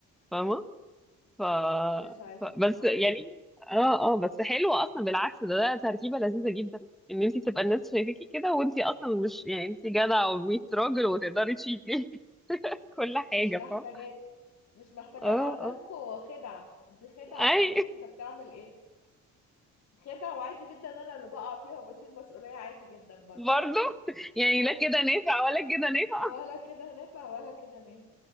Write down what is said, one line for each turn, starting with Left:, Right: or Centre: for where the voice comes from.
Centre: فاهمة ف...
Left: مش هيشوف
Centre: ف بس
Left: اه
Centre: يعني اه اه بس حلو اصلا بالعكس ده, ده تركيبة لذيذة جدا ان انتي تبقى الناس شايفاكي كده وانتي اصلا مش يعني انتي جدعة و100 راجل وتقدري تشيلي <laughs> كل حاجة
Left: مش محتاجاكوا
Centre: فاهمة
Left: مش محتاجة
Centre: اه
Left: انا عاملة
Centre: اه
Left: لكم خدعة دي خدعة
Centre: اي
Left: عشان اشوف انت بتعمل ايه خدعة وعادي جدا انا اللي بقع فيها وبشيل مسؤولية عادي جدا برضه
Centre: برضو يعني
Left: اه
Centre: لا كده نافع ولا كده نافع
Left: ولا كده نافع ولا كده نافع